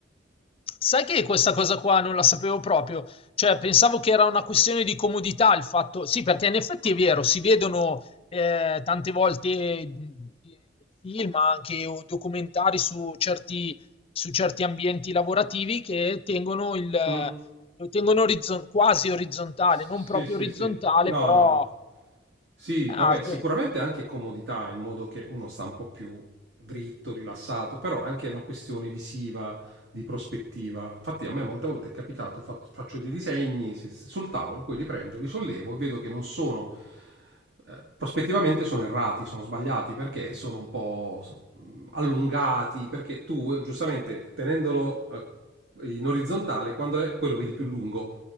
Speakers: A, on the left; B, on the right.
A: Sai che questa cosa qua non la sapevo proprio, cioè pensavo che era una questione di comodità il fatto sì, perché in effetti è vero, si vedono, ehm, tante volte, mhmm, film anche o documentari su certi su certi ambienti lavorativi che tengono il eh,
B: Mm.
A: lo tengono orizzon quasi orizzontale,
B: Sì,
A: non proprio
B: sì,
A: orizzontale,
B: sì. No,
A: però
B: no, no. Sì,
A: ah,
B: vabbè, sicuramente
A: beh,
B: anche comodità, in modo che uno sta un po' più dritto, rilassato, però è anche una questione visiva, di prospettiva. Infatti a me molte volte è capitato, fa- faccio dei disegni si- sul tavolo, poi li prendo, li sollevo e vedo che non sono, eh, prospettivamente sono errati, sono sbagliati, perché sono un po' so- allungati, perché tu eh, giustamente tenendolo eh, in orizzontale, quando è, poi lo vedi più lungo